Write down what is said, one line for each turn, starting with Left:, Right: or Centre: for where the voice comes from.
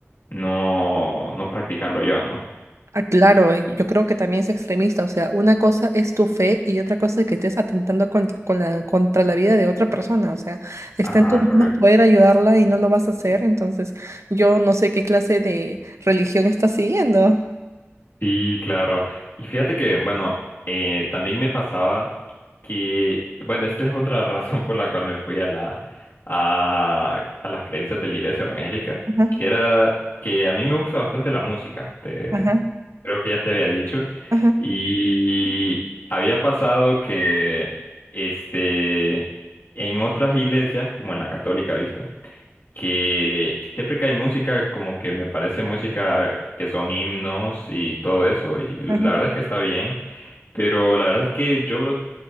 Left: no, no practicarlo yo, ¿no?
Right: Ah, claro, y yo creo que también es extremista, o sea, una cosa es tu fe y otra cosa es que estés atentando con, con la, contra la vida de otra persona, o sea, está
Left: Ajá,
Right: en tus
Left: correcto.
Right: manos poder ayudarla y no lo vas a hacer, entonces yo no sé qué clase de religión estás siguiendo.
Left: Sí, claro. Y fíjate que, bueno, eh, también me pasaba que, bueno, esta es otra <laughs> razón por la cual me fui a la, a, a las creencias de la iglesia evangélica,
Right: Ajá,
Left: que era que a mí me gusta bastante la música, te,
Right: ajá,
Left: creo que ya te había dicho,
Right: ajá,
Left: y había pasado que, este, en otras iglesias, como en la católica, ¿viste? que siempre que hay música, como que me parece música que son himnos y todo eso, y l-
Right: ajá,
Left: la verdad es que está bien, pero la verdad es que yo,